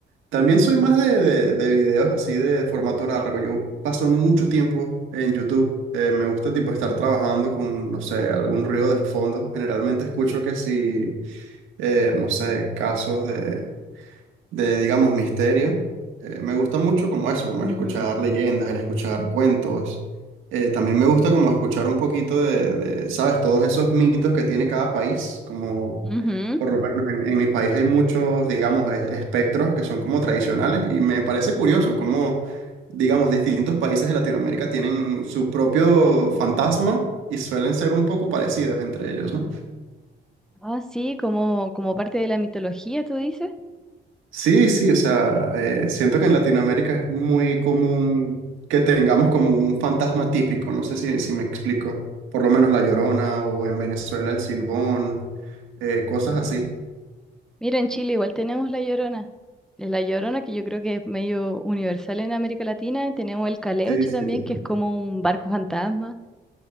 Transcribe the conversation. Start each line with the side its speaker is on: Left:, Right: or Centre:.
Right: También soy más de, de- de videos así de formato largo. Yo paso mucho tiempo en YouTube. Eh, me gusta tipo estar trabajando con, no sé, algún ruido de fondo. Generalmente escucho que si, eh, no sé, casos de de, digamos, misterio. Eh, me gusta mucho como eso, como
Centre: Ujú,
Right: el escuchar leyendas, el escuchar cuentos. Eh, también me gusta como escuchar un poquito de, de, ¿sabes? Todos esos mitos que tiene cada país, como
Centre: Ujú.
Right: por lo menos en, en mi país hay muchos, digamos, es- espectros que son como tradicionales y me parece curioso cómo, digamos, distintos países de Latinoamérica tienen su propio fantasma y suelen ser un poco parecidos entre ellos, ¿no?
Centre: Ah, sí, como, como parte de la mitología, tú dices.
Right: Sí, sí, o sea, eh, siento que en Latinoamérica es muy común que tengamos como un fantasma típico, no sé si, si me explico, por lo menos La Llorona o en Venezuela el Silbón, eh, cosas
Centre: ujú.
Right: así.
Centre: Mira, en Chile igual tenemos la Llorona. Es La Llorona, que yo creo que es medio universal en América Latina. Tenemos el Caleuche
Right: Sí, sí,
Centre: también,
Right: total.
Centre: que es como un barco fantasma.